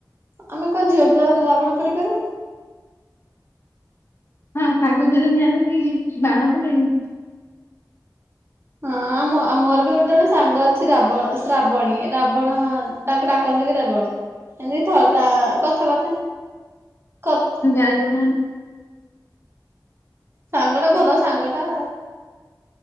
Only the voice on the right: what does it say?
ଆମେ କଣ ଝିଅ ପିଲା ରାବଣ ପୋଡି ପାରିବୁ?
ହଁ ମୋର ବି ଗୋଟେ ଜଣେ ସାଙ୍ଗ ଅଛି ରାବଣ ଶ୍ରାବଣୀ ରାବଣ ତାକୁ ଡାକନ୍ତି ବି ରାବଣ ଏମିତି ଥ ତା କଥାବାର୍ତ୍ତା
ସାଙ୍ଗ ଟା ଭଲ ସାଙ୍ଗଟା।